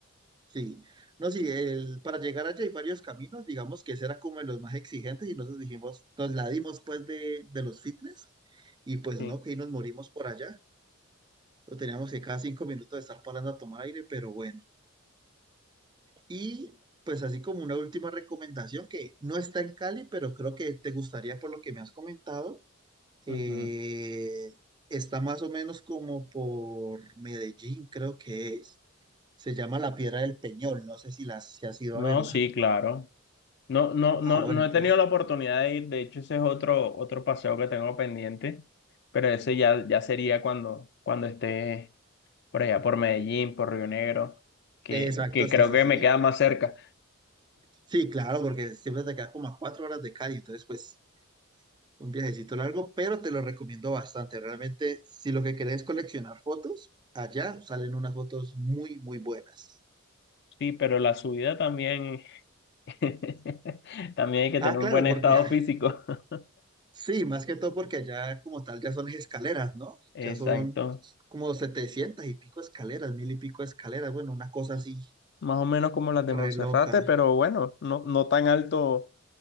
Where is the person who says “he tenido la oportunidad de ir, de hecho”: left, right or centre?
Left